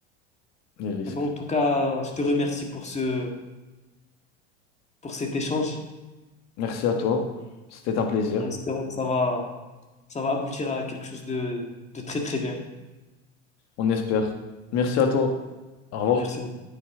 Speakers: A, on the left; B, on the left.
A: les risques.
B: Et bon, en tout cas, je te remercie pour ce, pour cet échange
A: Merci à toi. C'était un plaisir.
B: en espérant que ça va, ça va aboutir à quelque chose de, de très très bien.
A: On espère. Merci à toi. Au revoir.
B: Merci beaucoup.